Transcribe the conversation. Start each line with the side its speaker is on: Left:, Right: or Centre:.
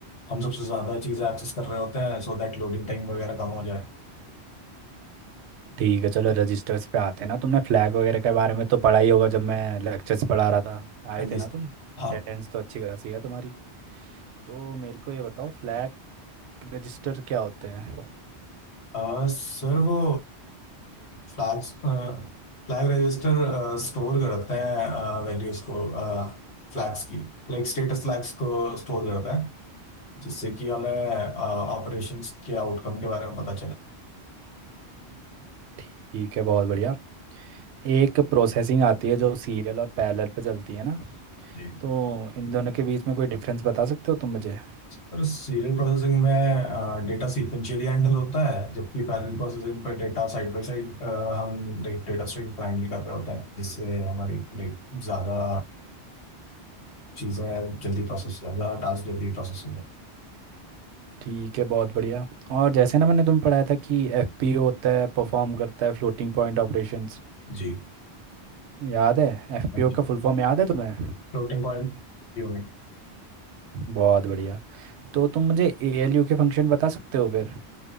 Left: हम सबसे ज़्यादा चीज़ें एक्सेस कर रहे होते हैं सो दैट लोडिंग टाइम वगैरह कम हो जाए
Right: ठीक है चलो रजिस्टर्स पे आते हैं ना तुमने फ्लैग वगैरह के बारे में तो पढ़ा ही होगा जब मैं लेक्चर्स पढ़ा रहा था आए
Left: हाँ जी
Right: थे ना
Left: Yeah. सर
Right: तुम अटेंडेंस
Left: हाँ
Right: तो अच्छी खासी है तुम्हारी तो मेरे को ये बताओ फ्लैग रजिस्टर क्या होते हैं
Left: अ, सर वो फ्लैग्स फ्लैग रजिस्टर स्टोर करते हैं वैल्यूज को फ्लैग्स की लाइक स्टेटस फ्लैग्स को स्टोर करते हैं जिससे कि हमें ऑपरेशंस के आउटकम के बारे में पता
Right: ठीक है बहुत बढ़िया एक प्रोसेसिंग आती है जो सीरियल और पैरेलल पे चलती है ना
Left: चले
Right: तो इन दोनों के बीच में कोई डिफरेंस बता सकते हो तुम मुझे
Left: और सीरियल प्रोसेसिंग में डेटा सीक्वेंशियली हैंडल होता है जबकि पैरेलल प्रोसेसिंग पर डेटा साइड बाय साइड हम डेटा स्ट्रीम को हैंडल कर रहे होते हैं जिससे हमारी like, ज्यादा चीजें जल्दी प्रोसेस हो जाए ज्यादा टास्क जल्दी प्रोसेस हो जाए
Right: ठीक है बहुत बढ़िया और जैसे ना मैंने तुम्हें पढ़ाया था कि एफपीओ होता है परफॉर्म करता है फ्लोटिंग पॉइंट ऑपरेशंस
Left: जी
Right: याद है एफपीओ
Left: Thank you
Right: का फुल फॉर्म याद है तुम्हें
Left: Floating point unit
Right: बहुत बढ़िया तो तुम मुझे एएलयू के फंक्शन बता सकते हो फिर